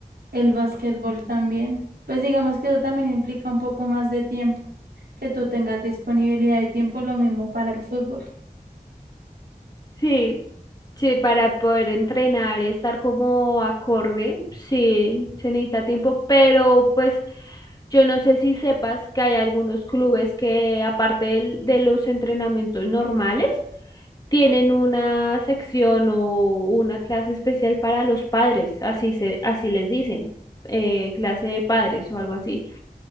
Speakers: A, on the right; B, on the left.
A: El básquetbol también. Pues digamos que eso también implica un poco más de tiempo, que tú tengas disponibilidad de tiempo, lo mismo para el fútbol.
B: Sí, Sí, para poder entrenar y estar como acorde, sí, se necesita tiempo, pero pues yo no sé si sepas que hay algunos clubes que aparte del- de los entrenamientos normales, tienen una sección o una clase especial para los padres, así se, así les dicen, eh, clase de padres o algo así.